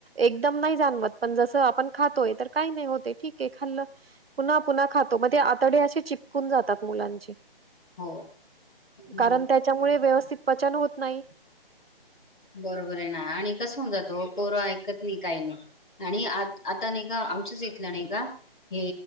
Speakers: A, on the right; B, on the left.
A: एकदम नाही जाणवत, पण जसं आपण खातोय तर काही नाही होते ठीके खाल्लं पुन्हा पुन्हा खातो मग ते आतडे असे चिपकून जातात मुलांचे.
B: अहो हो
A: कारण त्याच्यामुळे व्यवस्थित. पचन होत नाही.
B: बरोबर आहे ना आणि कस होऊन जातो पोर ऐकत नई काही नई आणि आ आता नाही का, आमच्याच इथलं नाही का हे